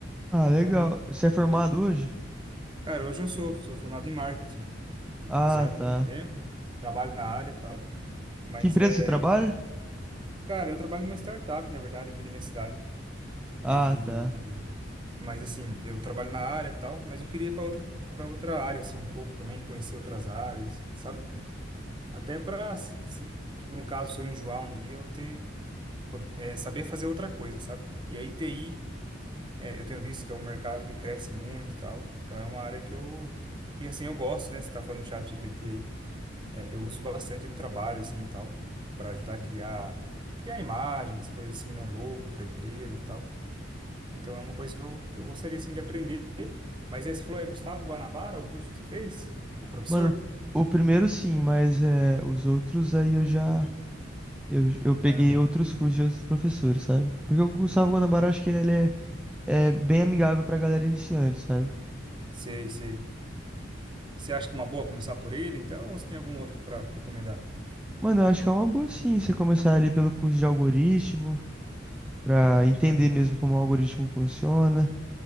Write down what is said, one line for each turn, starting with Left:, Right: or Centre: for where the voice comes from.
Centre: Ah,
Right: Então,
Centre: legal. Você é formado
Right: meio que
Centre: hoje?
Right: Cara, hoje eu sou, sou formado em marketing. Eu
Centre: Ah,
Right: fiz já tem
Centre: tá.
Right: um tempo, trabalho na área e tal, mas
Centre: Que empresa
Right: é,
Centre: você trabalha?
Right: cara, eu trabalho numa startup, na verdade, aqui na minha cidade.
Centre: Ah,
Right: E
Centre: tá.
Right: mas assim, eu trabalho na área e tal, mas eu queria ir para outra para outra área assim um pouco também, conhecer outras áreas, sabe? Até para tipo no caso, se eu enjoar um dia, eu ter po- é, saber fazer outra coisa, sabe? E aí TI, é, eu tenho visto que é um mercado que cresce muito e tal. Então é uma área que eu E assim, eu gosto, né? Você tá falando do chat GPT aí. É, eu uso bastante no trabalho, assim, e tal, para ajudar a criar, criar imagens, coisas assim, né, logo para empresa, e tal. Então é uma coisa que eu, que eu gostaria, assim, de aprender. Mas aí você falou, é Gustavo Guanabara, o curso que você fez? O professor?
Centre: Mano, o primeiro sim, mas é, os outros aí eu já. Eu, eu peguei
Right: Aham.
Centre: outros cursos de outros professores, sabe? Porque o Gustavo Guanabara, acho que ele é, é bem amigável pra galera iniciante, sabe?
Right: Sei, sei. Você acha que é uma boa começar por ele, então, ou você tem algum outro para recomendar?
Centre: Mano, eu acho que é uma boa sim você começar ali pelo curso de algoritmo, pra entender
Right: Aham.
Centre: mesmo como o algoritmo funciona.